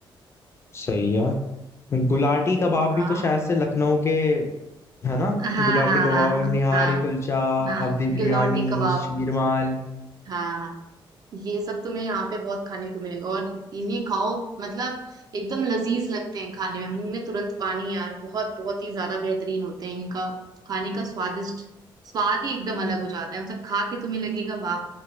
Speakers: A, on the left; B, on the right.
A: सही है गुलाटी कबाब भी
B: हाँ
A: तो शायद से लखनऊ के है ना
B: हाँ हाँ
A: गुलाटी
B: हाँ
A: कबाब
B: हाँ
A: निहारी
B: हाँ
A: कुलचा
B: हाँ
A: अवधी बिरयानी
B: गिलौटी कबाब
A: शीरमाल
B: हाँ हाँ ये सब तुम्हें यहाँ पे बहुत खाने को मिलेगा और इन्हें खाओ मतलब एकदम लजीज लगते हैं खाने में मुंह में तुरंत पानी यार बहुत बहुत ही ज्यादा बेहतरीन होते हैं इनका खाने का स्वादिष्ट स्वाद ही एकदम अलग हो जाता है मतलब खा के तुम्हें लगेगा वाह